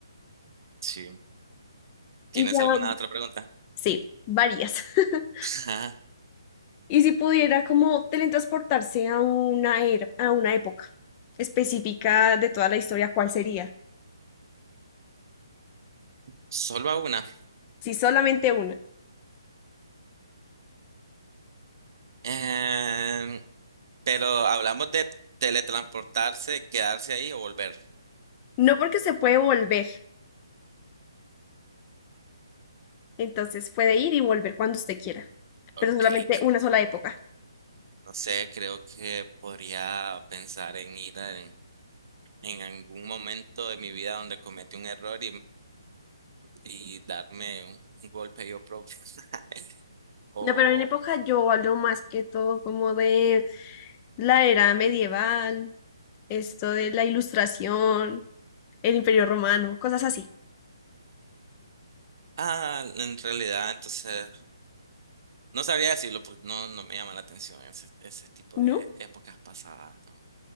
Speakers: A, on the right (about 50°); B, on the left (about 25°).
A: Sí. ¿Tienes
B: Y ya,
A: alguna
B: mm,
A: otra pregunta?
B: sí, varias. <laughs>
A: Ajá,
B: Y si pudiera como teletransportarse a una era, a una época específica de toda la historia, ¿cuál sería?
A: Solo a una.
B: Si solamente una.
A: Em, pero hablamos de teletransportarse, quedarse ahí o volver.
B: No porque se puede volver. Entonces puede ir y volver cuando usted quiera,
A: Ok,
B: pero solamente
A: cre-
B: una sola época.
A: no sé, creo que podría pensar en ir a- en, en algún momento de mi vida donde cometí un error y darme un, un golpe yo propio. <laughs> O,
B: No, pero en época yo hablo más que todo como de la era medieval, esto de la ilustración, el imperio romano, cosas así.
A: ah, en realidad, entonces, no sabría decirlo porque no, no me llama la atención ese, ese tipo
B: ¿No?
A: de épocas pasadas. ¿no?